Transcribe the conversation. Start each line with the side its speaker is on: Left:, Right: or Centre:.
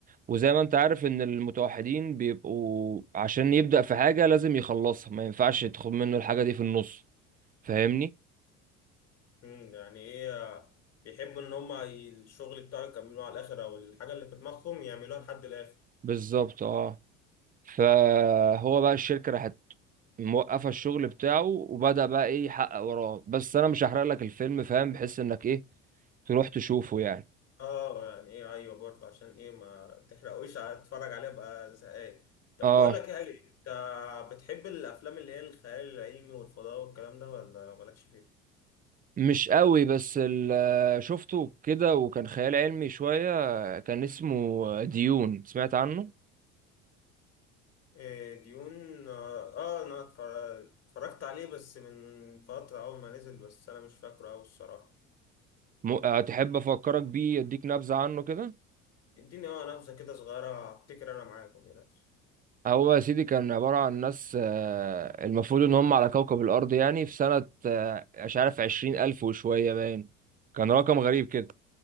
Right: وزي ما انت عارف ان المتوحدين بيبقوا عشان يبدأ في حاجة لازم يخلصها ما ينفعش تاخد منه الحاجة دي في النص فاهمني؟
Left: امم يعني ايه آه، بيحبوا ان هما ي- الشغل بتاعه يكملوه على الاخر او الحاجة اللي في دماغهم يعملوها لحد الاخر
Right: بالظبط اه فهو بقى الشركة راحت موقفه الشغل بتاعه وبدأ بقى ايه يحقق وراه بس انا مش هحرق لك الفيلم فاهم بحيث انك ايه تروح تشوفه يعني
Left: اه يعني ايه ايوه برضو عشان ايه ما تحرقوش اتفرج عليها بقى زهقان طب
Right: اه
Left: بقول لك ايه انت بتحب الافلام اللي هي الخيال العلمي والفضاء والكلام ده ولا مالكش فيه؟
Right: مش قوي بس ال- آه، شفته كده وكان خيال علمي شوية كان اسمه ديون سمعت عنه
Left: إيه، ديون اه آه، انا اتفر- اتفرجت عليه بس من فترة اول ما نزل بس انا مش فاكره اوي الصراحة
Right: م- هتحب افكرك بيه اديك نبذة عنه كده
Left: اديني اه نبذة كده صغيرة افتكر انا معاك ما تقلقش
Right: هو يا سيدي كان عبارة عن ناس آه، المفروض ان هم على كوكب الارض يعني في سنة آه، مش عارف عشرين الف وشوية باين كان رقم غريب كده